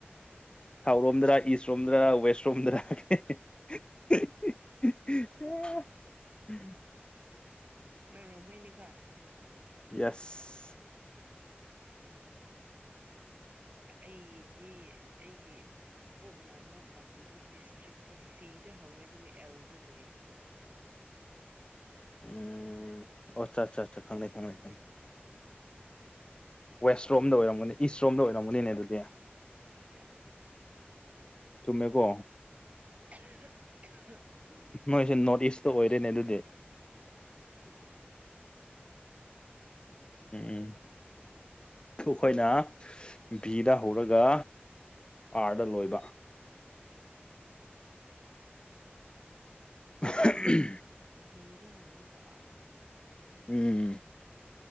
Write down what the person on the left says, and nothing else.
ꯁꯥꯎꯠ ꯔꯣꯝꯗꯔꯥ ꯏꯁ ꯔꯣꯝꯗꯔꯥ ꯋꯦꯁ ꯔꯣꯝꯗꯔꯥ <unintelligible>
ꯌꯦꯁ
ꯎꯝ ꯑꯣ ꯆꯥ ꯆꯥ ꯆꯥ ꯈꯪꯂꯦ ꯈꯪꯂꯦ ꯈꯪꯂꯦ ꯋꯦꯁ ꯔꯣꯝꯗ ꯑꯣꯏꯔꯝꯒꯅꯤ ꯏꯁꯔꯣꯝꯗ ꯑꯣꯏꯔꯝꯒꯅꯤꯅꯦ ꯑꯗꯨꯗꯤ
ꯆꯨꯝꯃꯦꯀꯣ
ꯅꯣꯏꯁꯦ ꯅꯣꯔꯠ ꯏꯁꯇ ꯑꯣꯏꯔꯦꯅꯦ ꯑꯗꯨꯗꯤ
ꯎꯝ <unintelligible> ꯈꯣꯏꯅ ꯕꯤꯗ ꯍꯧꯔꯒ ꯑꯥꯔꯗ ꯂꯣꯏꯕ <unintelligible>
ꯎꯝ